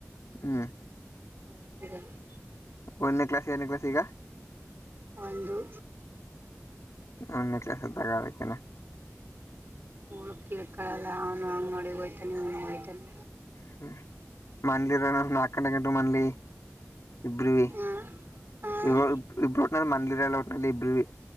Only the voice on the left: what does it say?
ಹ್ಮ.
ಒಂದನೇ ಕ್ಲಾಸ್ ಎರಡನೇ ಕ್ಲಾಸ್ ಈಗ.
ಒಂದನೇ ಕ್ಲಾಸ್ ತಗಾ ಅದಕ್ಕೆನ.
<unintelligible> ಇಬ್ರವಿ
ಇಬ್ ಇಬ್ರ ಮನಲಿಲ್ಲ ಒಟ್ನಲ್ಲಿ ಇಬ್ರವಿ.